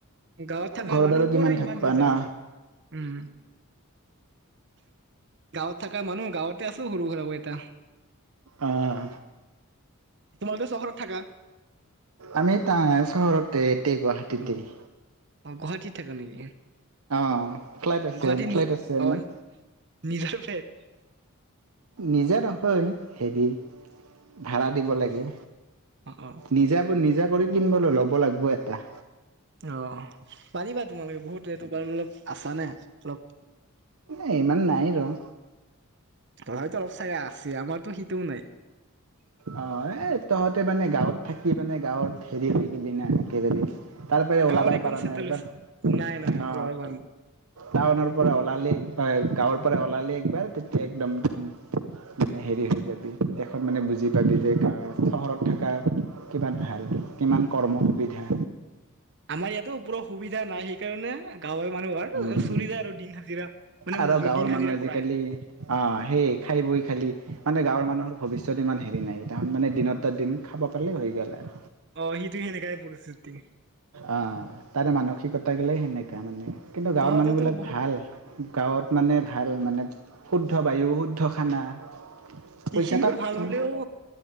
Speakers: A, on the right (about 55°); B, on the right (about 85°).
A: গাঁৱত থাককা
B: ঘৰত
A: মানহ
B: আৰু কিমান
A: কৰেই
B: থাকবা
A: মানদ্ৰজৰ
B: না
A: উম গাঁৱত থকা মানুহ গাঁৱতে আছো সৰু সুৰাব এটা
B: আহ
A: তোমালোকো চহৰত থাকা
B: আমি তাৰ চহৰতে এতিই গুৱাহাটীতেই
A: অ অ গুৱাহাটীত থাকে নেকি
B: অ ফ্লাইট আছে
A: গুৱাহাটীত
B: ফ্লাইট
A: নি
B: আছে আমাৰ
A: অ নিজৰ ফ্লেট
B: নিজে নহয় হেৰি ভাড়া দিব লাগে
A: অ অ
B: নিজা নিজা কৰি কিন বোলো ল'ব লাগিব এটা
A: অ পাৰিবা তোমালোকে বহুত অলপ আছানে অলপ
B: এ ইমান নাই ৰ
A: তথাপিতো অলপ চাইয়া আছে আমাৰতো সেইটোও নাই
B: অ এ তহঁতে মানে গাঁৱত থাকি মানে গাঁৱত হেৰি হৈ গেলি না একেবাৰে তাৰপৰাই ওলাবাই
A: গাঁৱত একদম
B: পাৰা
A: চেটেল
B: নাই একবাৰ
A: হৈছে নাই নাই
B: অ
A: ৰবা,
B: টাউনৰৰ পৰা ওলালি হয় গাঁৱৰ পৰা ওলালি একবাৰ তেতিয়া একদম দেখোন মানে হেৰি হৈ যাবি তেখত মানে বুজি জে গ চহৰত থকা কিমান ভাল কিমান কৰ্ম সুবিধা
A: আমাৰ ইয়াতো সুবিধা নাই সেইকাৰণে গাঁৱে মানুহ আৰু
B: উম
A: চলি যায় আৰু দিন হাজিৰা মানে
B: আৰু
A: মজুত
B: গাঁৱৰ
A: দিন
B: মানুহ
A: হাজিৰা
B: আজিকালি
A: কৰা হেন
B: আহ সেই খাই বৈ খালি মানে গাঁৱৰ মানুহৰ ভৱিষ্যত ইমান হেৰি নাই তাহত মানে দিনত দিন খাব পালে হৈ গ'ল আৰু
A: অ সিটো সেনেকাই পৰিস্থিতি
B: অ তাৰে মানসিকতা গিললে সেনেকা মানে কিন্তু গাঁৱৰ
A: তহঁতেতো
B: মানুহবিলাক
A: বহুত
B: ভাল গাঁৱত মানে ভাল মানে শুদ্ধ বায়ু শুদ্ধ খানা
A: সেইখিনি
B: পইচাটাম
A: ভাল হলেও